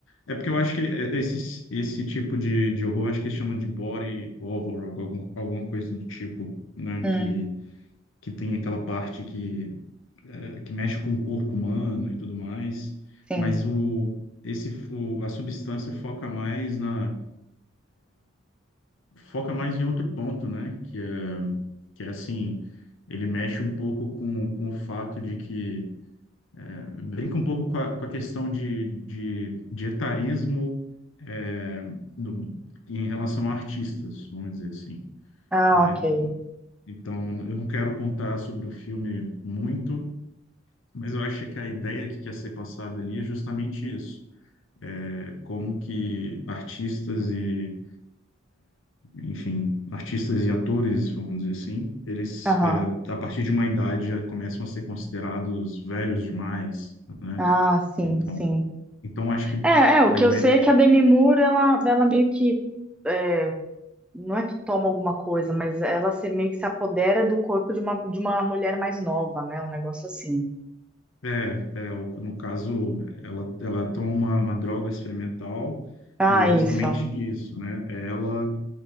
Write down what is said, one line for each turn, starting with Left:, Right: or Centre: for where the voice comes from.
Left: É porque eu acho que esse, esse tipo de, de horror, acho que eles chamam de body horror, algum, alguma coisa do tipo, né?
Centre: Hum,
Left: Que, que tem aquela parte que, é, que mexe com o corpo humano e tudo mais.
Centre: sim.
Left: Mas o, esse, o, a substância foca mais na, foca mais em outro ponto, né? Que é, que é assim, ele mexe um pouco com, com o fato de que brinca um pouco com a, com a questão de, de, de etarismo é, no- em relação a artistas, vamos dizer assim,
Centre: Ah,
Left: né?
Centre: ok.
Left: Então, eu não quero contar sobre o filme muito, mas eu acho que a ideia que quer ser passada ali é justamente isso. É como que artistas e, enfim, artistas e atores, vamos dizer assim, eles,
Centre: Aham.
Left: é, a partir de uma idade, já começam a ser considerados velhos demais, né?
Centre: Ah, sim,
Left: Então,
Centre: sim.
Left: então acho que
Centre: É, é, o
Left: a
Centre: que
Left: ideia
Centre: eu sei é que a Demi Moore, ela, ela meio que, é, não é que toma alguma coisa, mas ela se- meio que se apodera do corpo de uma, de uma mulher mais nova, né? Um negócio assim.
Left: É, é, o- no caso, ela, ela toma uma, uma droga experimental
Centre: Ah,
Left: e é justamente
Centre: isso.
Left: isso, né? Ela